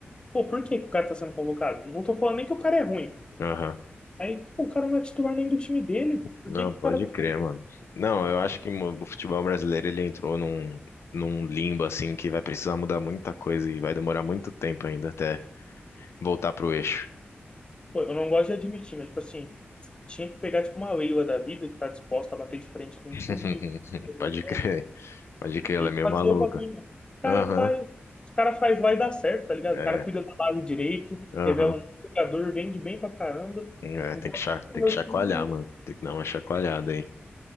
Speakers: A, on the left; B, on the left.
A: pô, por que que o cara tá sendo convocado? Não tô falando nem que o cara é ruim.
B: Aham.
A: Aí, pô, o cara não é titular nem do time dele. Por
B: Não,
A: que que
B: pode
A: o cara tá
B: crer,
A: sendo.
B: mano. Não, eu acho que mo- o futebol brasileiro ele entrou num, num limbo assim que vai precisar mudar muita coisa e vai demorar muito tempo ainda até voltar pro eixo.
A: Pô, eu não gosto de admitir, mas, tipo assim, tinha que pegar, tipo, uma Leila da vida que tá disposta a bater de frente com
B: <laughs>
A: tudo e todo
B: Pode
A: mundo
B: crer. Pode crer, ela
A: e
B: é meio
A: fazer
B: maluca.
A: o bagulho. O cara
B: Aham,
A: faz, os cara faz, vai dar certo, tá ligado?
B: é,
A: O cara cuida da base direito,
B: aham.
A: revela um jogador, vende bem pra caramba.
B: É,
A: Enquanto
B: tem que, cha-
A: isso,
B: tem
A: meu
B: que chacoalhar,
A: time
B: mano. Tem que dar uma chacoalhada aí.